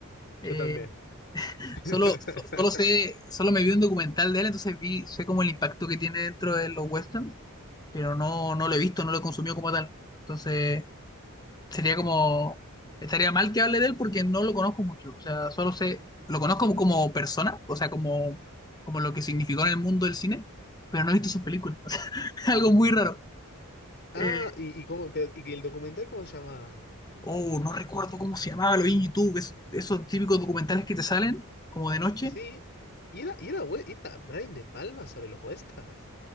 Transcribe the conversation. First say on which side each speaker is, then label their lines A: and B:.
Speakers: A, on the left (about 20°); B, on the left (about 50°).
A: Eh,
B: yo también. <laughs>
A: solo, so- solo sé, solo me vi un documental de él, entonces vi, sé como el impacto que tiene dentro de los westerns, pero no, no lo he visto, no lo he consumido como tal. Entonces, sería como, estaría mal que hable de él porque no lo conozco mucho. O sea, solo sé, lo conozco como como persona, o sea, como, como lo que significó en el mundo del cine, pero no he visto sus películas. <laughs> Algo muy raro.
B: Ah,
A: Eh,
B: y, y cómo, pero, y que el documental, ¿cómo se llama?
A: Oh, no recuerdo cómo se llamaba, lo vi en YouTube, es- esos típicos documentales que te salen como de noche.
B: Sí, y era, y era, we- era Brian De Palma sobre los westerns.